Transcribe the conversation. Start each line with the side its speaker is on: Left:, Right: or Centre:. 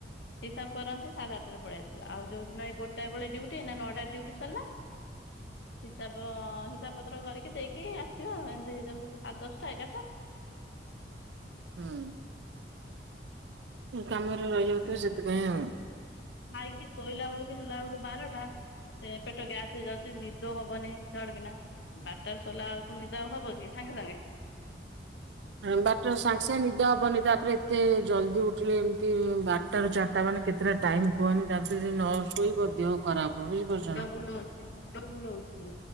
Left: ହିସାବ କରନ୍ତି ସାଢେ ଆଠଟରେ ପଳେଇ ଆସିବେ ଆଉ ଯୋଉ ଦିନ ଏଇ ଗୋଟା ବେଳେ ଡ୍ୟୁଟି ଏଇ ନଅଟା ଡ୍ୟୁଟି ସରିଲା। ହିସାବ ହିସାବ ପତ୍ର କରିକି ଦେଇକି ଆସିବା ଏମିତି ହେଇଯାଉ ସାଢ଼େ ଦଶଟା ଏଗାରଟା।
Right: ହୁଁ। କାମରେ ରହିଯାଉଥିବ ସେଥିପାଇଁ ହଁ।
Left: ଖାଇକି ଶୋଇଲା ବେଳକୁ ହେଲା ବେଳକୁ ବାରଟା ସେ ପେଟ ଗ୍ୟାସ ହେଇଯାଉଛି ନିଦ ହବନିଡ କିନା ବାରଟା ଶୋଇଲା ବେଳକୁ ନିଦ ହବ କି ସାଙ୍ଗେ ସାଙ୍ଗେ
Right: ବାରଟା ସାଙ୍ଗେ ସାଙ୍ଗେ ନିଦ ହବନି ତାପରେ ଏତେ ଜଲଦି ଉଠିଲେ ଏମିତି ବାରଟ ରାରୁ ଚାରିଟା ମାନେ କେତେଟା ଟାଇମ କୁହନି ତାପରେ ନ ଶୋଇବ ଦେହ ଖରାପ। ହବ ବୁଝିପାରୁଛ
Left: ମୁଣ୍ଡ
Right: ନା।
Left: ବୁଲଉଛି ବୁଲଉଛି